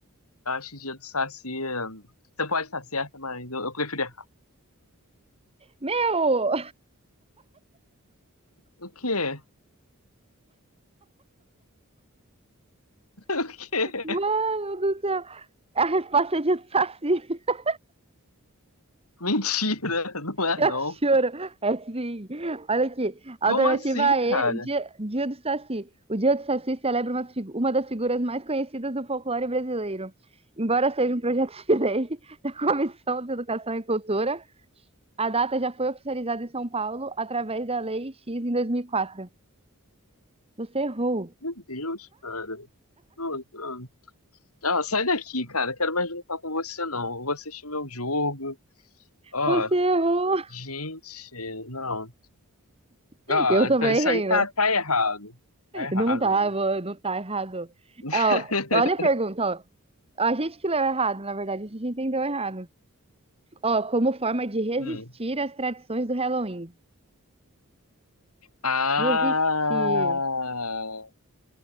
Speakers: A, on the left (about 80°); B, on the right (about 25°).
A: Eu acho que dia do Saci. eh, Você pode estar certa, mas eu, eu prefiro errar.
B: Meu!
A: O quê? O quê?
B: Mano
A: <laughs>
B: do céu! É A resposta é dia do Saci. <laughs>
A: Mentira, não é
B: Eu
A: não.
B: juro. É sim. Olha aqui. Alternativa
A: Como assim,
B: E,
A: cara?
B: dia, dia do Saci. O dia do Saci celebra umas uma das figuras mais conhecidas do folclore brasileiro. Embora seja um projeto de lei <laughs> da Comissão de Educação e Cultura, A data já foi oficializada em São Paulo através da Lei X em 2004. Você errou.
A: Meu Deus, cara. Não, não. Ah, sai daqui, cara. Quero mais brincar com você, não. Eu vou assistir meu jogo. Ó,
B: Você errou.
A: gente, não.
B: <laughs>
A: Ah,
B: Eu também
A: então isso
B: errei,
A: aí tá,
B: né?
A: tá errado. Tá errado
B: Não tava,
A: ali.
B: não tá errado. É,
A: <laughs>
B: ó, olha a pergunta, ó. A gente que leu errado, na verdade, a gente entendeu errado. Ó, como forma de resistir
A: Hum.
B: às tradições do Halloween.
A: Ah,
B: Resistir.